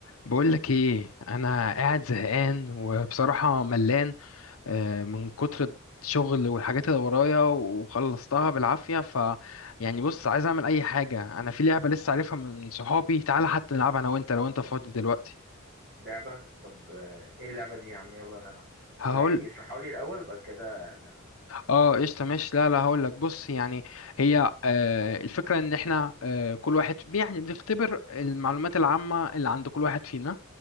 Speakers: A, on the left; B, on the right.
A: بقولك ايه انا قاعد زهقان وبصراحة ملان آه، من كتر الشغل والحاجات اللي ورايا وخلصتها بالعافية ف يعني بص عايز اعمل اي حاجة انا في لعبة لسه عارفها من صحابي تعالى حتى نلعبها انا وانت لو انت فاضي دلوقتي
B: لعبة طب آه، ايه اللعبة دي يا عم يلا نلعب
A: هقول
B: قولها لي اشرحها لي الأول بعد كده نلعب
A: اه قشطه ماشي لا لا هقول لك بص يعني هي آه الفكره ان احنا آه كل واحد يعني بنختبر المعلومات العامه اللي عند كل واحد فينا